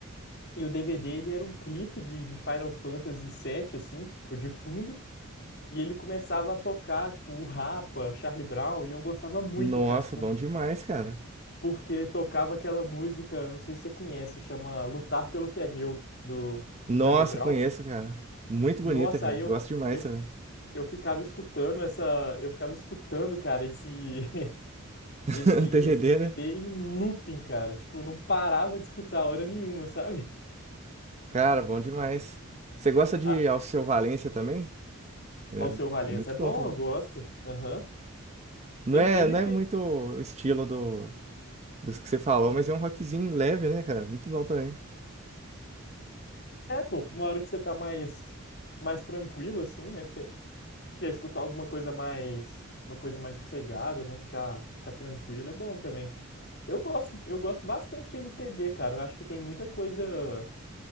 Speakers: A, on the left; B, on the right.
A: E o DVD, ele era um clipe de, de Final Fantasy VII, assim, tipo, de fundo, e ele começava a tocar, tipo, o Rapa, Charlie Brown, e eu gostava muito,
B: Nossa,
A: cara, por-
B: bom demais, cara.
A: porque tocava aquela música, não sei se você conhece, chama Lutar Pelo Que É Meu, do, do
B: Nossa,
A: Charlie Brown.
B: conheço, cara. Muito
A: Nossa,
B: bonita, cara.
A: aí eu,
B: Gosto demais
A: eu,
B: também.
A: eu ficava escutando essa, eu ficava escutando, cara, esse... <laughs>
B: <laughs>
A: esse,
B: DVD,
A: esse DVD
B: né?
A: em looping, cara. Tipo, não parava de escutar hora nenhuma, sabe? <laughs>
B: Cara, bom demais. Você gosta de
A: Ah,
B: Alceu Valença também? É,
A: ao seu Valença
B: é muito
A: é bom,
B: bom também.
A: eu gosto. Aham.
B: Não
A: M-
B: é,
A: MP,
B: não é muito o estilo do, dos que você falou, mas é um rockzinho leve, né, cara? Muito bom também.
A: é, pô, uma hora que você tá mais, mais tranquilo, assim, né? Quer, quer escutar alguma coisa mais, uma coisa mais sossegada, né? Ficar, ficar tranquilo é bom também. Eu gosto, eu gosto bastante de MPB, cara. Eu acho que tem muita coisa.